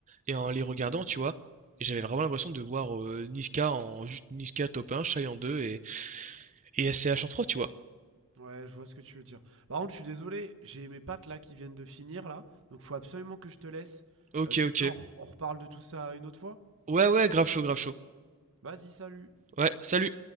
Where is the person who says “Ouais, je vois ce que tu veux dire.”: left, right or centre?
Right